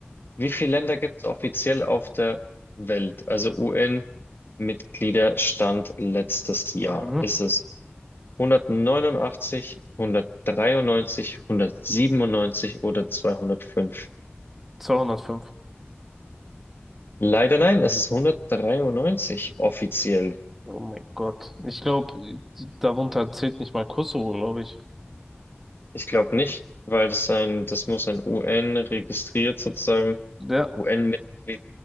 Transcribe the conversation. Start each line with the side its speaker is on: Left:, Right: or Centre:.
Left: Wie viele Länder gibt es offiziell auf der Welt? Also UN-Mitgliederstand letztes Jahr.
Centre: Ja. Mhm.
Left: Ist es 189, 193, 197 oder 205?
Centre: 205.
Left: Leider nein, es ist 193 offiziell.
Centre: Oh mein Gott. Ich glaube, darunter zählt nicht mal Kosovo, glaube ich.
Left: Ich glaube nicht, weil das ein, das muss ein UN registriert sozusagen,
Centre: Ja,
Left: UN-Mitglied,